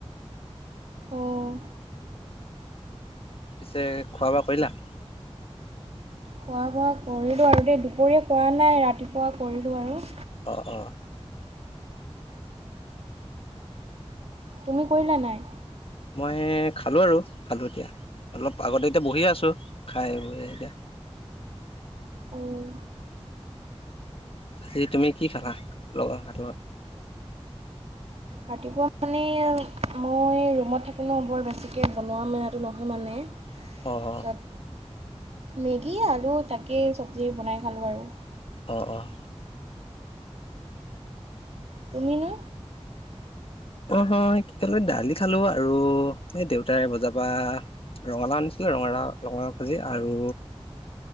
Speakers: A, on the right; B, on the left.
A: অঁ
B: পিছে খোৱা-বোৱা কৰিলা?
A: খোৱা-বোৱা কৰিলোঁ আৰু দেই, দুপৰীয়া কৰা নাই, ৰাতিপুৱা কৰিলোঁ আৰু।
B: অ', অ'।
A: তুমি কৰিলা নাই?
B: মই খালো আৰু, খালো এতিয়া। অলপ আগতে এতিয়া বহি আছোঁ, খাই বৈ এতিয়া।
A: অঁ
B: আজি তুমি কি খালা? লগত ভাতৰ লগত।
A: ৰাতিপুৱা মানে মই ৰুমত থাকোঁ ন', বৰ বেছিকে বনোৱা মেলাটো নহয় মানে।
B: অ', অ'।
A: তাত, মেগী, আলু তাকেই চবজি বনাই খালোঁ আৰু।
B: অ', অ'।
A: তুমি নো?
B: অ' হ কি খালোঁ, দালি খালো আৰু এই দেউতাই বজাৰ পা ৰঙালাও আনিছিলে, ৰঙালাওঁ, ৰঙালাওঁ ভাজি আৰু